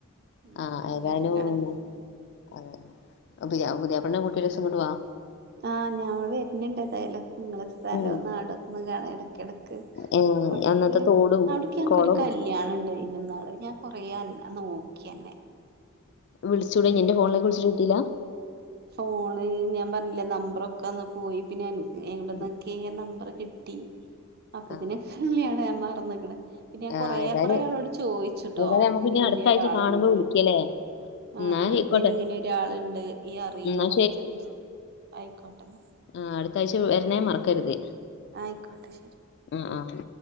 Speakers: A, on the right; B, on the left.
A: ഉം
B: ആ ഏതായാലും
A: എല്ലാരും കെടന്ന് ഉം
B: അതെ പുതിയാ പുതിയാപ്ല്നേം കൂട്ടി ഒരൂസം ഇങ്ങോട്ട് വാ
A: ആഹ് ഞാൻ വര്ണുണ്ട് എന്തായാലും നിങ്ങളെ സ്ഥലൊന്ന്
B: ഉം
A: അവിടക്ക ഒന്ന് കാണ എടക്ക് എടക്ക്
B: ഏ
A: അവിട്ക്ക്
B: അന്നത്തെ തോടും
A: അവിട്ക്ക് ഞങ്ങക്കൊരു
B: കുളവും
A: കല്യാണം ഉ ട്രെയിനന്നാള് ഞാൻ കൊറയാൻ നോക്കി അന്നെ
B: വിളിച്ചൂടേഞ്ഞ് എന്റെ ഫോണിലേക്ക് വിളിച്ചിട്ട് കിട്ടീലാ
A: ഫോണ് ഞാൻ പറഞ്ഞില്ലേ നമ്പറൊക്കെ അന്ന് പോയി പിന്നെ എൻ എവിട്ന്നൊക്കേ
B: ഉം.
A: നമ്പറ് കിട്ടി അപ്പത്തിന്
B: ആ
A: കള്ളിയാണ് ഞാൻ മാറന്ന്ക്ക്ണ് പിന്നെ
B: ആ
A: കൊറേ
B: ഏതായാലും
A: കൊറേ ആളോട് ചോയിച്ച്ട്ടോ
B: ഏതായാലും നമുക്ക്
A: ഇങ്ങനെ
B: ഇനി
A: ഇങ്ങനെയൊരാളുണ്ട്
B: അടുത്ത ആഴ്ച കാണുമ്പോ വിളിക്കല്ലേ
A: ആഹ്
B: എന്നാ
A: ആഹ്
B: ആയിക്കോട്ടെ
A: ഇങ്ങനെ ഇങ്ങനെ ഒരാളുണ്ട് ഇയ് അറിയോന്നൊക്കെ
B: എന്നാ
A: ചോയിച്ചു ആയിക്കോട്ടെന്ന
B: ആഹ് അടുത്ത ആഴ്ച വരനേ മറക്കരുത്
A: ആയിക്കോട്ടെ ശെരി
B: ഉം ആഹ്